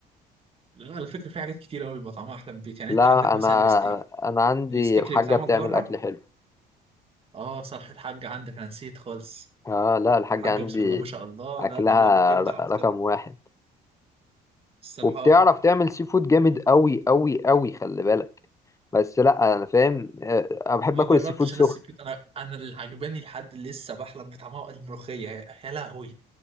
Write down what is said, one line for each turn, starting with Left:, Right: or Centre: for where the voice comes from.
Right: لا على فكره في حاجات كتير قوي بيبقى طعمها احلى من البيت يعني
Left: لا
Right: انت عندك مثلا
Left: انا
Right: الستيك
Left: انا عندي
Right: الستيك
Left: الحاجة
Right: اللي بيتعمل
Left: بتعمل
Right: بره
Left: اكل حلو
Right: اه صح الحاج عندك انا نسيت خالص
Left: اه لا الحاجة
Right: حاجة
Left: عندي
Right: بسم الله ما شاء الله
Left: اكلها
Right: لا لا لا بتبدع
Left: ر-
Right: بتبدع
Left: رقم واحد
Right: الصراحة
Left: وبتعرف
Right: آه،
Left: تعمل سي فود جامد قوي قوي قوي خلي بالك بس لا انا فاهم آه، انا بحب
Right: ما
Left: اكل
Right: جربتش
Left: السي فود سخن
Right: انا السي فود انا انا اللي عجباني لحد اللي لسه بحلم بطعمها الملوخية يا يا لهوي